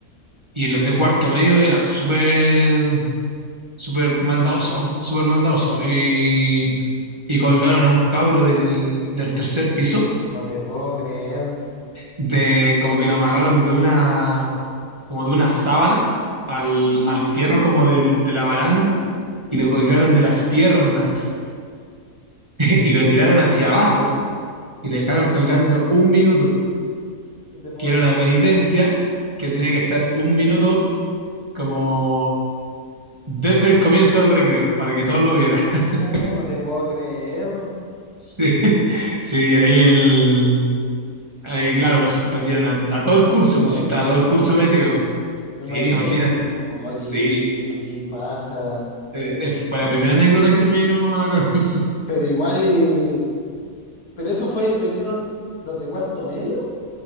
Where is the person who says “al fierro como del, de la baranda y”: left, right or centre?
Right